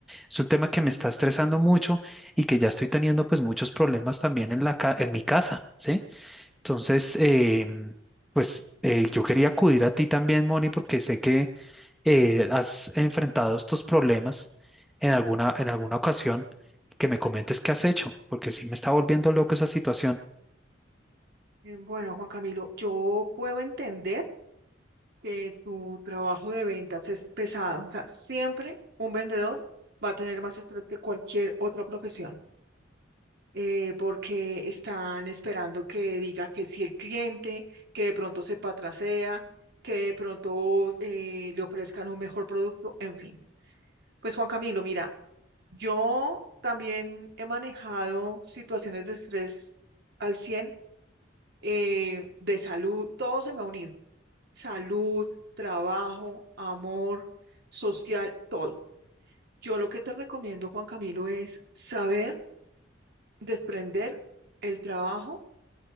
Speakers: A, in the centre; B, on the right.
A: Es un tema que me está estresando mucho y que ya estoy teniendo pues muchos problemas también en la ca- en mi casa, ¿sí? Entonces, em, pues eh, yo quería acudir a ti también, Moni, porque sé que eh, has enfrentado estos problemas en alguna, en alguna ocasión, que me comentes qué has hecho, porque sí me está volviendo loco esa situación.
B: Eh, Bueno, Juan Camilo, yo puedo entender que tu trabajo de ventas es pesado, o sea, siempre un vendedor va a tener más estrés que cualquier otra profesión, eh, porque están esperando que diga que si el cliente, que de pronto se patrasea, que de pronto eh, le ofrezcan un mejor producto, en fin. Pues Juan Camilo, mira, yo también he manejado situaciones de estrés al 100. eh, de salud, todo se me ha unido. Salud, trabajo, amor, social, todo. Yo lo que te recomiendo, Juan Camilo, es saber desprender el trabajo